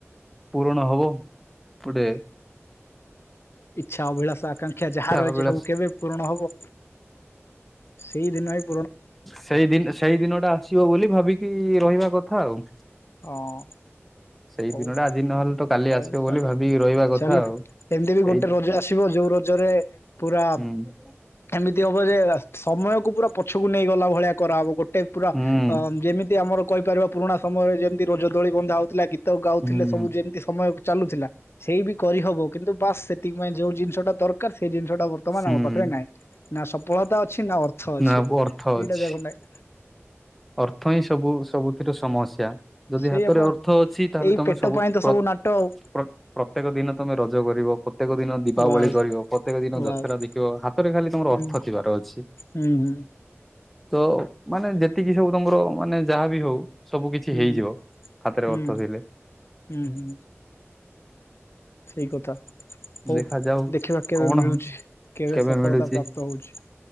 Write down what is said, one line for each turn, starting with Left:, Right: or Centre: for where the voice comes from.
Centre: ପୂରଣ ହବ ଗୁଟେ
Left: ଇଚ୍ଛା, ଅଭିଳାଷା, ଆକାଂକ୍ଷା ଯାହା ରହିଛି
Centre: ଅଭିଳାଷ
Left: ସବୁ କେବେ ପୂରଣ ହବ? ସେଇ ଦିନ ଏ
Centre: ସେଇଦିନ୍ ସେଇଦିନ ଟା ଆସିବ ବୋଲି ଭାବିକି ରହିବା କଥା ଆଉ।
Left: ହଁ
Centre: ସେଇ
Left: ହଉ
Centre: ଦିନଟା ଆଜି ନହେଲେ ତ କାଲି
Left: ହଉ
Centre: ଆସିବ ବୋଲି
Left: ଚାଲୁ
Centre: ଭାବିକି ରହିବା କଥା
Left: ଚାଲୁ
Centre: ଆଉ
Left: ଏମିତି ବି ଗୋଟେ
Centre: ଏଇ
Left: ରଜ ଆସିବ ଯୋଉ ରଜରେ ପୁରା
Centre: ହୁଁ
Left: ଏମିତି ହବ ଯେ ଏ ଫାଷ୍ଟ ସମୟ କୁ ପୁରା ପଛକୁ ନେଇଗଲା ଭଳିଆ କରା ହବ ଗୋ ଟେ ପୁରା
Centre: ହୁଁ
Left: ଯେମିତି ଆମର କହିପାରିବ ପୁରୁଣା ସମୟରେ ଯେମ୍ ରଜଦୋଳି ବନ୍ଧା ହଉଥିଲା ଗୀ ତ ଗାଉଥିଲେ
Centre: ହୁଁ
Left: ସବୁ ଯେମ୍ ମ କୁ ଚାଲୁଥିଲା ସେଇବି କରି ହବ କିନ୍ତୁ ବାସ୍ ସେ ତିକ୍ ପାଇଁ ଯୋଉ ଜିନିଷଟା ଦରକାର ସେ ଜିନି ଜଉଟା ବର୍ତ୍ତମାନ
Centre: ହୁଁ
Left: ଆମ ପାଖରେ ନିହିଁ। ନା ସଫଳତା ଅ ଛିନା ଅର୍ଥ ଅଛି
Centre: ନା ଅର୍ଥ ଅଛି
Left: ଦିଟା ଯାକ ନାଇ।
Centre: ଅର୍ଥ ହିଁ ସବୁ ସବୁଥିର ସମସ୍ୟା ଯଦି
Left: ସେଇଆପା
Centre: ହାତରେ ଅର୍ଥ ଅଛି ତାହେଲେ
Left: ଏଇ
Centre: ତମେ
Left: ପେଟ
Centre: ସବୁ୍
Left: ପାଇଁ ତ
Centre: ପ୍ର
Left: ସବୁ ନାଟ ଆଉ
Centre: ପ୍ର-ପ୍ରତ୍ୟେକ ଦିନ ତମେ ରଜ କରିବ। ପ୍ରତ୍ୟେକ ଦିନ ଦୀପାବଳି
Left: ବାସ୍
Centre: କରିବ ପ୍ରତ୍ୟେକ ଦିନ
Left: ବାସ୍
Centre: ଦଶହରା ଦେଖିବ ହାତ ରେ ଖାଲି ତମର
Left: ହୁଁ
Centre: ଅର୍ଥ ଥିବାର ଅଛି
Left: ହୁଁ ହୁଁ
Centre: ତ ମାନେ ଯେ ଏତିକି ସବୁ ତମର ମାନେ ଯାହା ବିି ହଉ ସବୁ କିଛି
Left: ହୁଁ
Centre: ହେଇଯିବ ହାତରେ
Left: ହୁଁ
Centre: ଅର୍ଥ ଥିଲେ। <inaudible>
Left: ହୁଁ ହୁଁ ସେଇ କଥା ହଉ
Centre: ଦେଖାଯାଉ
Left: ଦେଖିବା କେବେ
Centre: କଣ
Left: ମିଳୁଛି
Centre: କେବେ
Left: ସଫଳତା
Centre: ମିଳୁଚି?
Left: ପ୍ରାପ୍ତ ହଉଛି